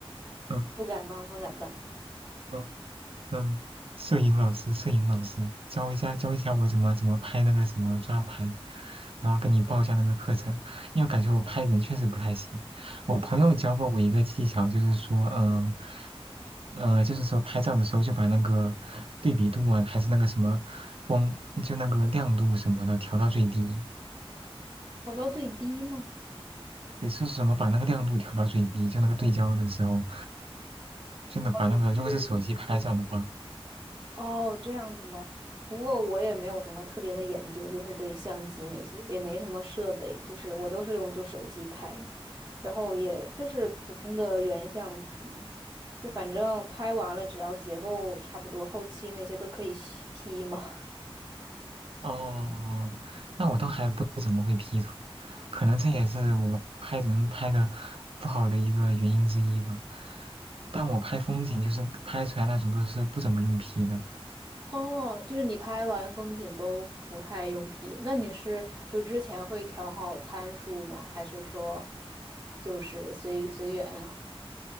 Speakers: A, on the right; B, on the right.
A: 嗯
B: 不敢当，不敢当。
A: 嗯嗯，摄影老师，摄影老师教一下教一下我怎么怎么拍那个什么抓拍，然后跟你报一下那个课程，因为感觉我拍人确实不太行。我朋友教过我一个技巧，就是说，嗯、呃，呃就是说拍照的时候就把那个对比度啊，还是那个什么光，就那个亮度什么的调到最低。
B: 调到最低吗？
A: 你说什么把那个亮度调到最低？就那个对焦的时候，就能把那个，
B: 是
A: 如果是手机拍照的话，
B: 哦，这样子吗？不过我也没有什么特别的研究，就是对相机那些也没什么设备，就是我都是用就手机拍，然后也就是普通的原相机，就反正拍完了只要结构差不多，后期那些都可以 P 嘛。
A: 哦，那我倒还不怎么会 P 图，可能这也是我拍人拍的不好的一个原因之一吧。但我拍风景就是拍出来那种都是不怎么用 P 的。
B: <laughs> 哦，就是你拍完风景都不太用 P，那你是就之前会调好参数吗？还是说就是随随缘啊？